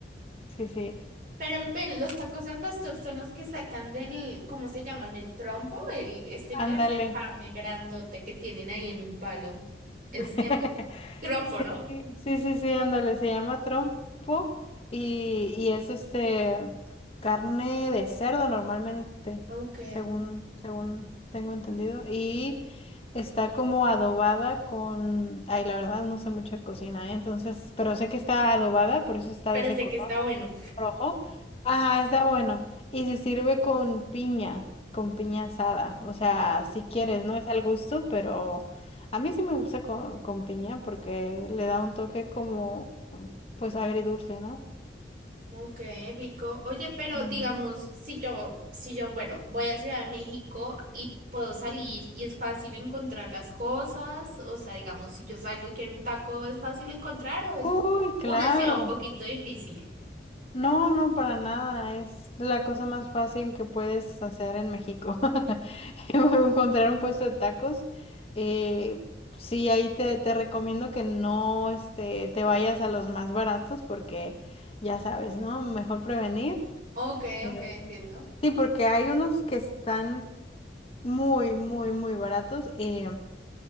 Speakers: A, on the left (about 30°); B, on the right (about 50°).
A: Sí, sí.
B: Pero ven, los tacos al pastor son los que sacan del, ¿cómo se llaman? El trompo, el, este pedazo
A: Ándale.
B: de carne grandote que tienen ahí en un palo. Eso
A: <laughs>
B: se llama trompo,
A: Sí,
B: ¿no?
A: sí, sí, sí, ándale, se llama trompo y, y es este carne de cerdo normalmente,
B: Ok.
A: según, según tengo entendido, y está como adobada con, ay, la verdad no sé mucho de cocina, ¿eh? Entonces, pero sé que está adobada, por eso está
B: Pero
A: de ese
B: sé
A: color
B: que está bueno.
A: rojo. Ajá, está bueno. Y se sirve con piña, con piña asada. O sea, si quieres,
B: Ok,
A: no es al gusto, pero a
B: rico.
A: mí sí me gusta con, con piña porque le da un toque como, pues agridulce, ¿no?
B: Ok, rico. Oye, pero
A: Mm.
B: digamos, si yo, si yo, bueno, voy a Ciudad de México y puedo salir y es fácil encontrar las cosas, o sea, digamos, si yo salgo y quiero un taco, ¿es fácil encontrar o es
A: Uy, claro.
B: una ciudad un poquito difícil?
A: No, no, para nada. Es la cosa más fácil que puedes hacer en México. <laughs> <laughs> encontrar un puesto de tacos. eh, sí, ahí te, te recomiendo que no este, te vayas a los más baratos porque ya sabes, ¿no? Mejor prevenir.
B: Ok,
A: Eh,
B: ok, entiendo.
A: sí, porque hay unos que están muy, muy, muy baratos y